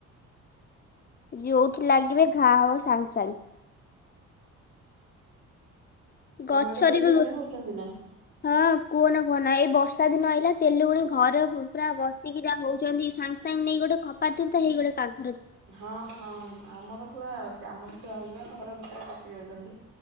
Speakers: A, on the left (about 30°); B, on the right (about 85°).
A: ଯୋଉଠି ଲାଗିବେ ଘା ହବ ସାଙ୍ଗେ ସାଙ୍ଗେ।
B: ତମ
A: ଗଛରେ
B: ଆଡେ ତେଲୁଗୁଣି
A: ବି
B: ହଉଛନ୍ତି ନା?
A: ହଁ କୁହନା କୁହନା ଏଇ ବର୍ଷା ଦିନ ଆଇଲା ତେଲୁଗୁଣି ଘରେ ପୁରା ବର୍ଷ ସେଟା ହଉଛନ୍ତି ସାଙ୍ଗେ ସାଙ୍ଗେ ନେଇ ଗୋଟେ ଖପା ଦନ୍ ହେଇଟେ କା <unintelligible>
B: ହଁ ହଁ ଆମର ପୁରା ଆମର ସେଇଆ ହଉଛି ବା ଘର ଭିତରେ ପଶି ଯାଉଛନ୍ତି।